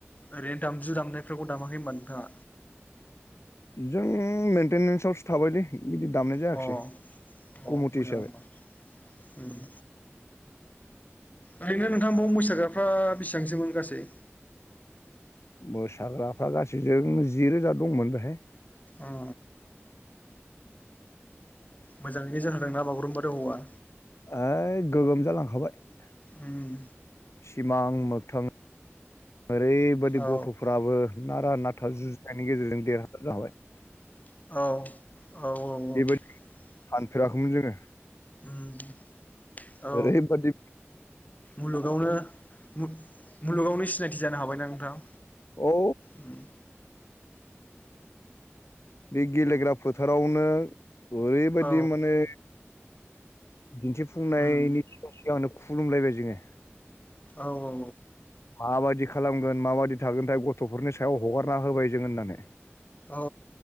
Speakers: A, on the left; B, on the left.
A: ओरैनो दामजु दामनायफोरावबो दामाखै होम्बा नोंथाङा?
B: जों मेन्टेनेन्सआवसो थाबाय दे। बिदि दामनाय जायाखिसै
A: अ अ
B: कमिथि
A: मोजां
B: हिसाबै।
A: होमबा उम ओरैनो नोंथां बाव मोसाग्राफ्रा बेसेबांसोमोन गासै?
B: मोसाग्राफ्रा गासैजों जि रोजा दंमोन बेहाय।
A: औ। मोजाङैनो जाहोदोंना बागुरुम्बा दोहौवा?
B: ओइ गोगोम जालांखाबाय
A: उम
B: सिमां मोगथां ओरैबायदि
A: औ
B: गथ'फ्राबो नारा नाथा जुजिनायनि गेजेरजों देरहासार जाबाय।
A: औ औ औ
B: बेबायदि
A: औ
B: सानफेराखैमोन जोङो।
A: उम औ
B: ओरैबादि
A: मुलुगावनो मुलुगावनो सिनायथि जानो हाबायना नोंथां?
B: अ
A: उम
B: बे गेलेग्रा फोथारावनो ओरैबायदि
A: औ
B: माने दिन्थिफुंनायनि
A: उम
B: सिगां सिगां‌नो खुलुमलायबाय जोङो।
A: औ औ।
B: माबायदि खालामगोन माबायदि थागोनथाय गथ'फोरनि सायाव हगारना होबाय जोङो होननानै
A: औ